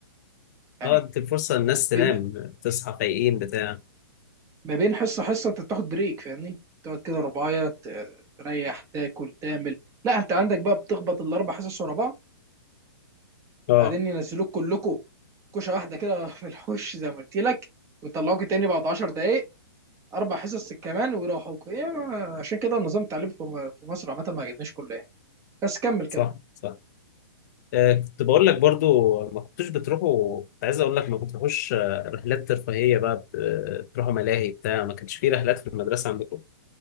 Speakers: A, on the right (about 20°); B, on the left (about 45°).
A: يعني
B: اه ادي الفرصة للناس تنام
A: بين
B: تصحى فايقين بتاع
A: ما بين حصة حصة انت بتاخد بريك فاهمني؟ تقعد كده رباية ت- تريح تاكل تعمل لا انت عندك بقى بتخبط الاربع حصص ورا بعض
B: اه
A: بعدين ينزلوك كلكم كوشه واحده كده <laughs> في الحوش زي ما قلت لك ويطلعوك تاني بعد 10 دقايق اربع حصص كمان ويروحوكوا ايه ما- عشان كده النظام التعليمي في م- في مصر عامه ما عجبنيش كله يعني بس كمل كمل
B: صح صح آه كنت بقول لك برضو ما كنتوش بتروحوا كنت عايز اقول لك ما بتروحوش آه، رحلات ترفيهيه بقى بت- آه، بتروحوا ملاهي بتاع ما كانش في رحلات في المدرسه عندكم